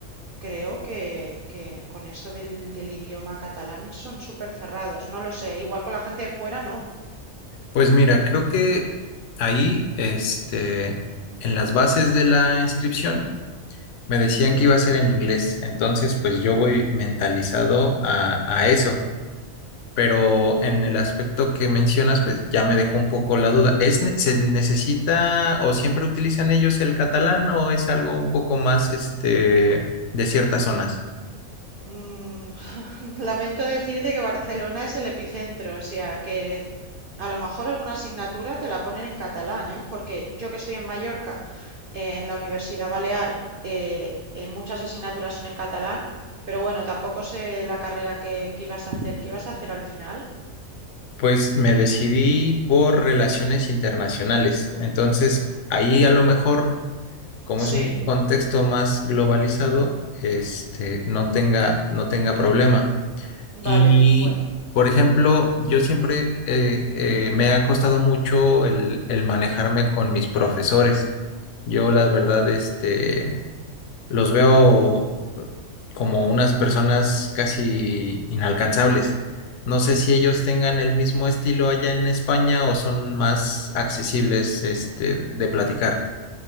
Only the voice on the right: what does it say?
Creo que, que con esto del, del idioma catalán son súper cerrados. No lo sé. Igual con la gente de fuera, no.
Mm, <laughs> lamento decirte que Barcelona es el epicentro. O sea, que a lo mejor alguna asignatura te la ponen en catalán, ¿eh? Porque yo que estoy en Mallorca, eh, en la Universidad Balear, eh, eh, muchas asignaturas son en catalán. Pero bueno, tampoco sé la carrera que, que ibas a hacer. ¿Qué ibas a hacer al final?
Sí,
vale.
Bueno.